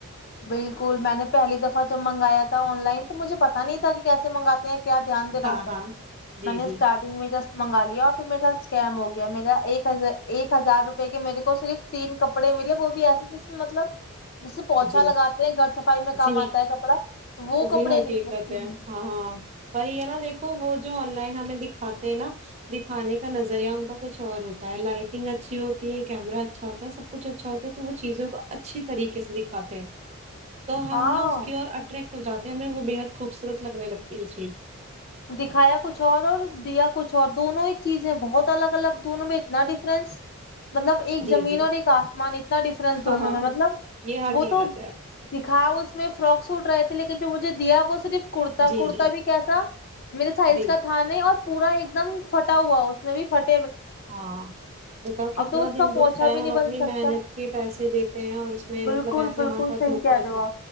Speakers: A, on the left; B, on the right.
A: بالکل میں نے پہلی دفعہ جب منگایا تھا آن لائن تو مجھے پتا نہیں تھا کہ کیسے منگاتے ہیں کیا دھیان دینا
B: ہاں
A: ہوتا
B: ہاں
A: ہے
B: جی
A: میں نے اسٹارٹنگ
B: جی
A: میں جسٹ منگا لیا اور پھر میرے ساتھ سکیم ہو گیا میرا ایک ہزار ایک ہزار روپے کے میرے کو صرف تین کپڑے ملے وہ بھی ایسے جس میں مطلب سے پوچھا
B: جی
A: لگاتے ہیں گھر صفائی میں
B: جی
A: کام آتا ہے کپڑا وہ
B: جی
A: کپڑے
B: حقیقت
A: نکلے تین
B: ہے ہاں ہاں وہی ہے نا دیکھو وہ جو جو آن لائن ہمیں دکھاتے ہیں نا دکھانے کا نظریہ ان کا کچھ اور ہوتا ہے لائٹنگ اچھی ہوتی ہے کیمرا اچھا ہوتا ہے سب کچھ اچھا ہوتا ہے تو وہ چیزوں کو اچھی طریقے سے دکھ کھاتے ہیں تو
A: ہاں
B: ہم نا اس کی اور اٹریکٹ ہو جاتے ہیں ہمیں وہ بےحد خوبصورت لگنے لگ جی جی
A: دکھایا کچھ اور اور دیا کچھ اور دونوں ہی چیزیں بہت الگ الگ دونوں میں اتنا ڈفرنس مطلب ایک
B: جی
A: زمین
B: جی
A: اور ایک آسمان اتنا ڈفرنس دونوں
B: ہاں ہاں
A: میں مطلب
B: یہ حقیقت
A: وہ تو
B: ہے
A: دکھا اس میں فراک سوٹ رہا لیکن جو مجھے دیا وہ صرف کرتا
B: جی
A: کرتا
B: جی
A: بھی کیسا میرے سائز
B: جی
A: کا تھا نہیں اور پورا ایک دم فھٹا ہوا اس میں بھی فٹ
B: ہاں بتاؤ کتنا
A: اب تو اس
B: دل
A: کا
B: دکھتا
A: پوچھا بھی
B: ہے
A: نہیں
B: ہم
A: بن
B: اپنی
A: سکتا
B: محنت کے پیسے دیتے ہیں اور اس میں
A: بالکل
B: مطلب ایسے
A: بالکل
B: ہمارے ساتھ
A: صحیح
B: دھوکا
A: کہہ
B: ہو
A: رہے
B: جائے
A: آپ